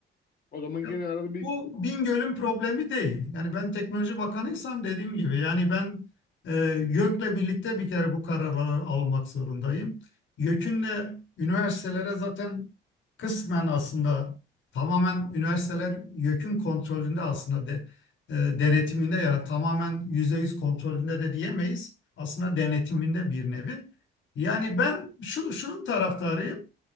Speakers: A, on the left; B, on the left.
A: O zaman
B: Ya,
A: gene arada bir
B: Bu Bingöl'ün problemi değil. Yani ben teknoloji bakanıysam dediğim gibi yani ben e, YÖK'le birlikte bir kere bu kararları almak zorundayım. YÖK'ünle üniversitelere zaten kısmen aslında tamamen üniversiteler YÖK'ün kontrolünde aslında de, e, denetiminde yani tamamen %100 kontrolünde de diyemeyiz. Aslında denetiminde bir nevi. Yani ben şu, şunun taraftarıyım.